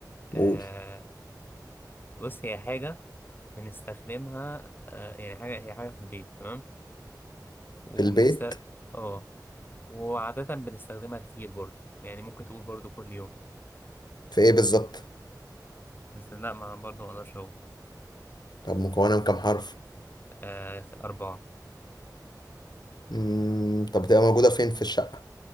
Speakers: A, on the left; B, on the left.
A: آه
B: قول
A: بص هي حاجة بنستخدمها آه يعني حاجة هي حاجة في البيت تمام وبنست
B: في البيت
A: اه وعادة بنستخدمها كتير برضو يعني ممكن تقول برضو كل يوم
B: في ايه بالظبط
A: بس لا ما برضو ما اقدرش اقول
B: طب مكونة من كام حرف
A: آه أربعة
B: مم، طب تبقى موجودة فين في الشقة